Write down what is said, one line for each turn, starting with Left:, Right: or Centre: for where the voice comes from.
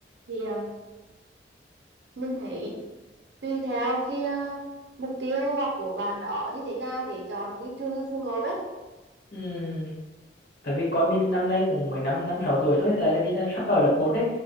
Right: thì à, mình thấy tùy theo cái à, mục tiêu học của bạn đó như thế nào để chọn cái trường phù hợp ấy
Left: Ừm, Tại vì coi mình năm nay cũng mới năm năm sáu tuổi thôi tại là vì là sắp vào lớp một đấy.